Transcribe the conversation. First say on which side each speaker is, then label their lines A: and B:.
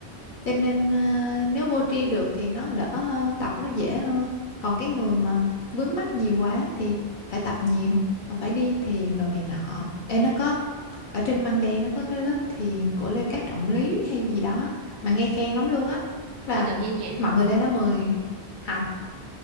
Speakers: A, on the left; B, on the right.
A: cho nên à, nếu vô tri được thì nó đỡ hơn, tập nó dễ hơn. Còn cái người mà vướng mắc nhiều quá thì phải tập nhiều, mà phải đi thiền đồ này nọ. Ê nó có ở trên Măng Đen nó có cái lớp thiền của Lê Cát Trọng Lý hay gì đó mà nghe khen lắm luôn á.
B: <laughs>
A: Tức là
B: có được nghe nhạc
A: mọi
B: không
A: người lên đó 10 học